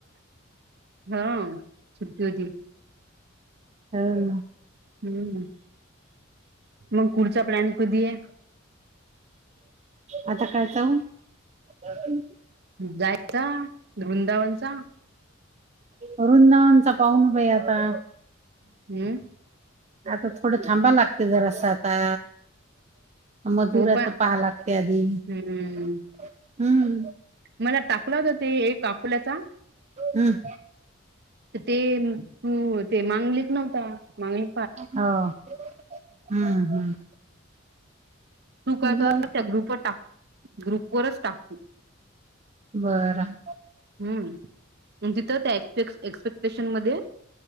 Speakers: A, on the right; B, on the right.
A: हो सुट्टी होती
B: हवं
A: हम्मं मंग पुुढचा प्लॅन कधीं आहे
B: आंता कायंचाव हं
A: जायचा वृंदावनचा
B: वृंदावनचा पाहुन बाई आता
A: हम्म.
B: आता थोडं थांबा लागते जरासं आता मधुराच
A: हो पा
B: पहा लागते आधी
A: हम्म
B: हम्म
A: मला टाकलं होत ते एक अकोल्याचा
B: हम्म.
A: तर ते तो मांगलीच नव्हता मागली
B: हा हम्म हम्म.
A: तू काय
B: जाऊ
A: कर त्या ग्रुपवर टाक. ग्रुप वरच टाक तू.
B: बरं.
A: हम्म मग तिथं त्या एक्सपेक् एक्सपेक्ट स्टेशन मध्ये